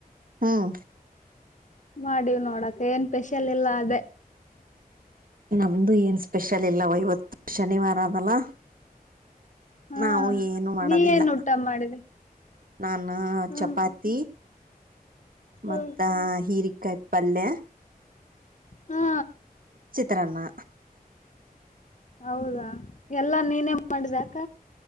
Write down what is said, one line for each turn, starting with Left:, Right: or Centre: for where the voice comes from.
Right: ಹಾಂ
Left: ಮಾಡೀವ್ ನೋಡಕ ಏನ್ ಸ್ಪೆಷಲ್ ಇಲ್ಲ ಅದೇ
Right: ನಮ್ದು ಏನ್ ಸ್ಪೆಷಲ್ ಇಲ್ಲವ ಇವತ್ತು ಶನಿವಾರ ಅದಲ್ಲ
Left: ಹಾ
Right: ನಾವು ಏನು ಮಾಡೋದಿಲ್ಲ
Left: ನೀ ಏನ್ ಊಟ ಮಾಡಿದೆ
Right: ನಾನ
Left: ಹ್ಮ್
Right: ಚಪಾತಿ ಮತ್ತ
Left: ಹ್ಮ್
Right: ಹೀರಿಕಾಯಿ ಪಲ್ಯ
Left: ಹಾ
Right: ಚಿತ್ರಾನ್ನ
Left: ಹೌದಾ ಎಲ್ಲಾ ನೀನೆ ಮಾಡಿದ್ಯಾಕ